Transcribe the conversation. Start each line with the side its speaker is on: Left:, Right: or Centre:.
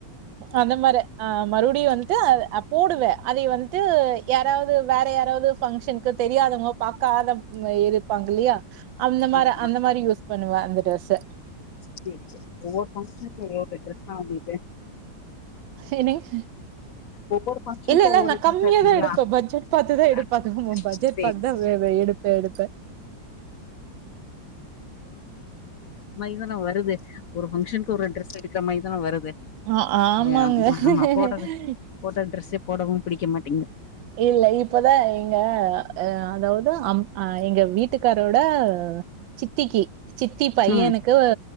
Right: அந்த மாரி அ மறுபடியு வன்டு அத போடுவே அதைய வன்டு யாராவது வேற யாராவ <unintelligible> பங்க்ஷனுக்கு தெரியாதவங்க பாக்காத இருப்பாங்க இல்லையா அந்த மாரி
Left: ஆமா.
Right: அந்த மாரி யுஸ் பண்ணுவே அந்த டிரெஸ்ச
Left: சேர் சேரி ஒவ்வொரு பங்ஷன்கோ ஒவ்வொரு டிரஸ்தா உங்களுக் <unintelligible>
Right: என்னங்க
Left: ஒவ்வொரு ஃபங்ஷனுக்கும்
Right: இல்ல இல்ல
Left: ஒவ்வொரு
Right: நா
Left: ட்ரெஸ்ஸா
Right: கம்மியாதா
Left: எடுப்பீங்களா?
Right: எடுப்பே பட்ஜெட் பத்துதா எடுப்பே
Left: ஆ
Right: அதுவு பட்ஜெட்
Left: சரி,
Right: பத்துதா
Left: சரி.
Right: வ வ எடுப்பே எடுப்பே
Left: இதெல்லா வருது ஒரு பங்க்ஷனுக்கு ஒரு ட்ரெஸ் எடுக்கிற மாரிதா வருது
Right: ஆ ஆமாங்க.
Left: ஏ ஆமா ஆமா போட்டது போட்ட ட்ரெஸு போடவு பிடிக்கமாட்
Right: இல்ல இப்பதா எங்க ஆ அதாவது அம் ஆ எங்க வீட்டுக்காரோட சித்திக்கு சித்தி பையனுக்கு
Left: ம்
Right: ஆ